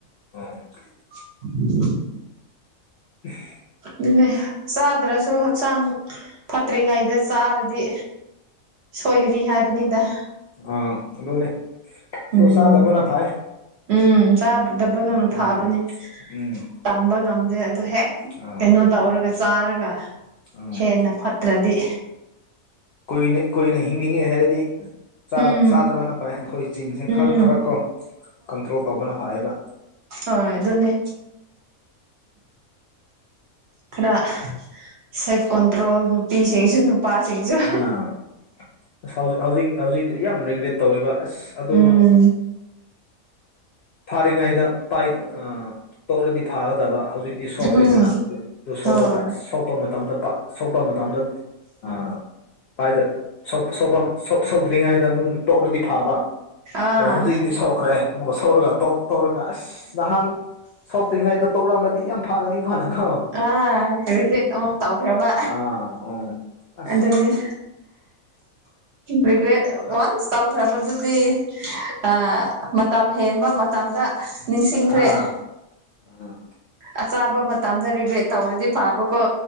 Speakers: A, on the left; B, on the right.
A: <unintelligible>
B: <unintelligible>
A: <unintelligible>
B: ꯑꯗꯨꯅꯦ ꯆꯥꯗ꯭ꯔꯁꯨ ꯍꯛꯆꯥꯡ ꯐꯠꯇ꯭ꯔꯤꯉꯩꯗ ꯆꯥꯔꯗꯤ ꯁꯣꯏꯒꯅꯤ ꯍꯥꯏꯕꯅꯤꯗ
A: ꯑꯥ ꯑꯗꯨꯅꯦ
B: ꯎꯝ
A: ꯑꯗꯨ ꯆꯥꯗꯕꯅ ꯐꯩꯌ‌ꯦ
B: ꯎꯝ ꯆꯥꯗꯕꯨ ꯐꯥꯕꯅꯤ
A: ꯎꯝ ꯎꯝ
B: ꯇꯝꯕ ꯉꯝꯗꯦ ꯑꯗꯣ ꯍꯦꯛ
A: ꯑꯥ
B: ꯀꯩꯅꯣ ꯇꯧꯔꯒ ꯆꯥꯔꯒ
A: ꯑꯥ
B: ꯍꯦꯟꯅ ꯐꯠꯇ꯭ꯔꯗꯤ
A: ꯀꯨꯏꯅ ꯀꯨꯏꯅ ꯍꯤꯡꯅꯤꯡꯉꯦ ꯍꯥꯏꯔꯗꯤ ꯆꯥ
B: ꯎꯝ
A: ꯆꯥꯗꯕꯅ ꯐꯥꯏꯌ‌ꯦ ꯑꯩꯈꯣꯏ ꯆꯤꯡꯁꯦ ꯈꯔ
B: ꯎꯝ
A: ꯈꯔ ꯀꯣ ꯀꯟꯇ꯭ꯔꯣꯜ ꯇꯧꯕꯅ ꯐꯥꯏꯌꯦꯕ
B: ꯍ‌ꯣꯏ ꯑꯗꯨꯅꯦ ꯈꯔ ꯁꯦꯜꯐ ꯀꯟꯇ꯭ꯔꯣꯜ ꯅꯨꯄꯤꯁꯤꯡꯁꯨ ꯅꯨꯄꯥꯁꯤꯡꯁꯨ
A: ꯑꯥ ꯑꯁ ꯍꯧꯖꯤꯛ ꯍꯧꯖꯤꯛ ꯍꯧꯖꯤꯛ ꯌꯥꯝ ꯔꯤꯒ꯭ꯔꯦꯠ ꯇꯧꯋꯦꯕ ꯑꯁ ꯑꯗꯨ
B: ꯎꯝ
A: ꯐꯥꯔꯤꯉꯩꯗ ꯄꯥꯏ ꯑꯥ ꯇꯧꯔꯗꯤ ꯐꯥꯒꯗꯕ ꯍꯧꯖꯤꯛ ꯗꯤ ꯁꯣꯛꯈ꯭ꯔꯦꯗꯅ
B: ꯎꯝ
A: ꯑꯗꯨ ꯁ‌ꯣꯛꯔꯒ
B: ꯍꯣꯏ
A: ꯑꯁ ꯁꯣꯛꯄ ꯃꯇꯝꯗ ꯁꯣꯛꯄ ꯃꯇꯝꯗ ꯑ ꯄꯥꯏꯗ ꯁ‌ꯣꯛ ꯁ‌ꯣꯛꯄ ꯁ‌ꯣꯛ ꯁ‌ꯣꯛꯗ꯭ꯔꯤꯉꯩꯗ ꯑꯗꯨꯝ ꯇꯣꯛꯂꯗꯤ ꯐꯥꯕ
B: ꯑꯥ
A: ꯑꯗ‌ꯣ ꯍꯧꯖꯤꯛꯇꯤ ꯁ‌ꯣꯛꯈ꯭ꯔꯦ ꯑꯃꯨꯛꯀ ꯁ‌ꯣꯛꯔꯒ ꯇꯣꯛ ꯇꯧꯔꯒ ꯑꯁ ꯅꯍꯥꯟ ꯁꯣꯛꯇ꯭ꯔꯤꯉꯩꯗ ꯇꯧꯔꯛꯃꯗꯤ ꯌꯥꯝ ꯐꯥꯒꯅꯤꯀꯣꯅꯀꯣ
B: ꯑ ꯔꯤꯒꯔ‌ꯦꯠ ꯑꯃꯨꯛ ꯇꯧꯈ꯭ꯔꯕ
A: ꯑꯥ ꯎꯝ ꯑꯁ
B: ꯑꯗꯨꯅ‌ꯦ ꯔꯤꯒ꯭ꯔꯦꯠ ꯋꯥꯟꯁ ꯇꯧꯈ꯭ꯔꯕ ꯗꯨꯗꯤ ꯑꯥ ꯃꯇꯝ ꯍꯦꯟꯕ ꯃꯇꯝꯗ ꯅꯤꯡꯁꯤꯡꯈ꯭ꯔꯦ
A: ꯑꯥ ꯎꯝ
B: ꯑꯆꯥꯥꯕ ꯃꯇꯝꯗ ꯔꯤꯒꯔ‌ꯦꯠ ꯇꯧꯔꯗꯤ ꯐꯥꯕꯀꯣ